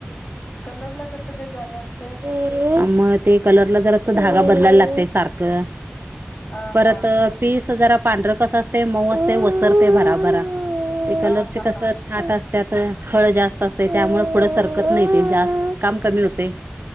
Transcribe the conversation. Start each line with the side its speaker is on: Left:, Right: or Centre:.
Left: कलरला कसं काय जादा असतय.
Right: अ म ते कलरला जरास धागा बदलायला लागतय सारखं
Left: हा
Right: परत
Left: हा
Right: पीस जरा पांढरं कस असतय मऊ असतय वसरतय भराभरा ते
Left: हा
Right: कलरचे कस
Left: हा
Right: थाट अस त्यातखळ जास्त असतय त्यामुळ पुढं सरकत नाय ते जास्त काम कमी होतय.